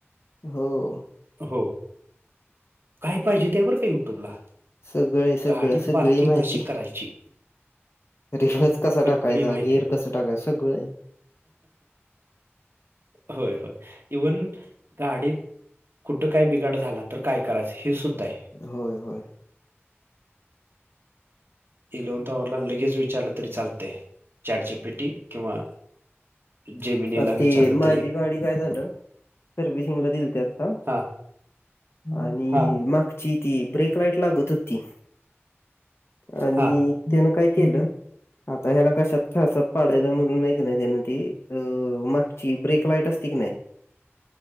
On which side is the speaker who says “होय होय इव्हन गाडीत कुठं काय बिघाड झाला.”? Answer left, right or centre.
Right